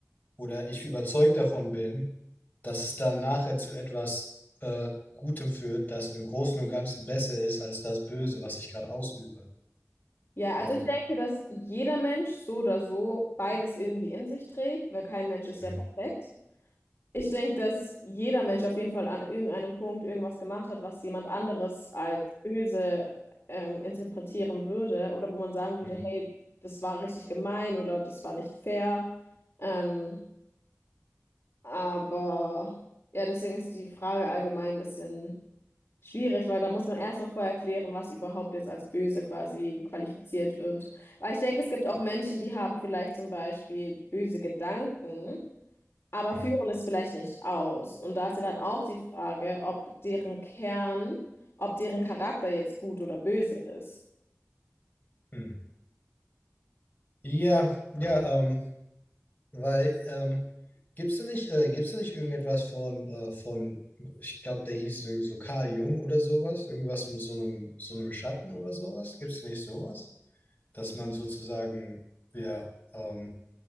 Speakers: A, on the left; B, on the left.
A: oder ich überzeugt davon bin, dass es dann nachher zu etwas äh, Gutem führt, das im Großen und Ganzen besser ist als das Böse, was ich gerade ausübe.
B: ja, also
A: Ähm,
B: ich denke, dass jeder Mensch so oder so beides irgendwie in sich trägt, weil kein Mensch ist
A: mhm,
B: ja perfekt. Ich denke, dass jeder Mensch auf jeden Fall an irgendeinem Punkt irgendwas gemacht hat, was jemand anderes als böse ähm, interpretieren würde oder wo man sagen würde,
A: mhm,
B: hey, das war richtig gemein oder das war nicht fair. Ähm, aber ja, deswegen ist die Frage allgemein ein bisschen. Schwierig, weil da muss man erstmal vorher klären, was überhaupt jetzt als böse quasi qualifiziert wird. Weil ich denke, es gibt auch Menschen, die haben vielleicht zum Beispiel böse Gedanken, aber
A: mhm,
B: führen es vielleicht nicht aus. Und da ist ja dann auch die Frage, ob deren Kern, ob deren Charakter jetzt gut oder böse ist.
A: mhm. ja, ja, ähm, weil ähm, gibt's da nicht, äh, gibt's da nicht irgendetwas von, äh, von, ich glaube, der hieß irgendwie so Carl Jung oder sowas, irgendwas mit so einem, so einem Schatten oder sowas? Gibt's da nicht sowas? Dass man sozusagen, ja, ähm,